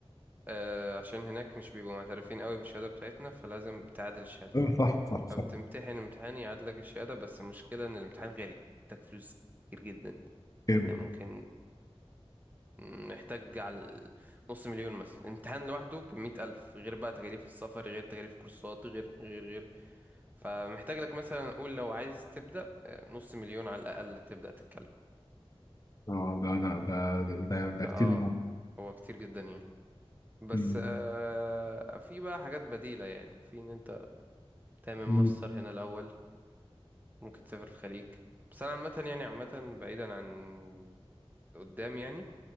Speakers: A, on the right (about 15°); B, on the left (about 35°).
A: آه عشان هناك مش بيبقوا معترفين قوي بالشهادة بتاعتنا فلازم تعادل الشهادة
B: اه صح صح صح
A: فبتمتحن امتحان يعادلك الشهادة بس المشكلة ان الامتحان غالي محتاج فلوس كتير جدا
B: كامل
A: يعني ممكن محتاج على نص مليون مثلا الامتحان لوحده بمية ألف غير بقى تكاليف السفر غير تكاليف الكورسات غير غير غير فمحتاج لك مثلا نقول لو عايز تبدأ آه، نص مليون على الأقل تبدأ تتكلم
B: اه ده ده ده ده, ده
A: اه
B: كتير مهم.
A: هو كتير جدا يعني بس
B: مم.
A: آه في بقى حاجات بديلة يعني في ان انت تعمل ماستر
B: مم.
A: هنا الأول ممكن تسافر الخليج بس انا عامة يعني عامة بعيدا عن قدام يعني